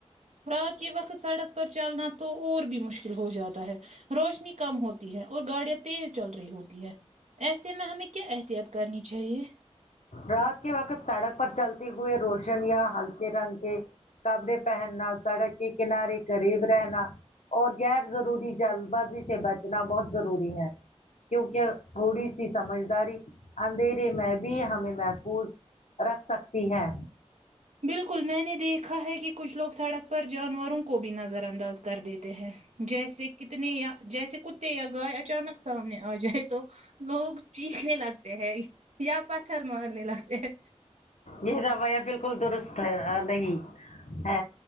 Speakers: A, on the right; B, on the left.
A: رات کے وقت سڑک پر چلنا تو اور بھی مشکل ہو جاتا ہے روشنی کم ہوتی ہے اور گاڑیاں تیز چل رہی ہوتی ہے ایسے میں ہمیں کیا احتت کرنی چاہیے
B: رات کے وقت سڑک پر چلتے ہوئے روشن یا ہلکے رنگ کے کپڑے پہننا سڑک کی کنارے قریب رہنا اور غیر ضروری جلد بازی سے بچنا بہت ضروری ہے کیونکہ تھوڑی سی سمجھداری اندھیرے میں بھی ہمیں محفوظ رکھ سکتی ہے
A: بالکل میں نے دیکھا ہے کہ کچھ لوگ سڑک پر جانوروں کو بھی نظر انداز کر دیتے ہیں جیسے کتنے یا جیسے کتے یا گائے اچانک سامنے آ جائے تو لوگ چیخنے لگتے ہیں یا پتھر مارنے لگتے ہیں
B: یہ روھیا بالکل درست نہیں ا